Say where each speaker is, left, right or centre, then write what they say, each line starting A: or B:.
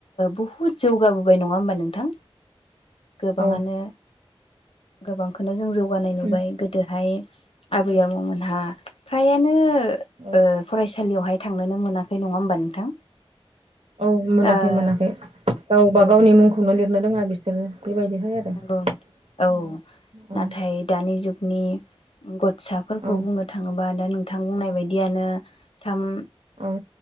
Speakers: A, on the left; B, on the right.
A: बुहुत जौगाबोबाय नङा हबा नोंथां। गोबाङानो
B: औ
A: गोबांखौनो जों जौगानाय नुबाय
B: उम
A: गोदोहाय आबै
B: उम
A: आबौमोनहा फ्रायानो
B: औ
A: ओ फरायसालि थांनोनो मोनाखै नङा होमबा नोंथां।
B: औ मोनाखै
A: ओ
B: मोनाखै गावबा गावनि
A: औ
B: मुंखौनो लिरनो रोङा बिसोरो बेबायदिहाय आरो
A: नंगौ औ
B: उम औ
A: नाथाय दानि जुगनि गथ फिसाफोरखौ
B: औ
A: बुंनो थाङोबा दा नोंथां बुंनाय
B: औ
A: बायदियानो थाम
B: औ।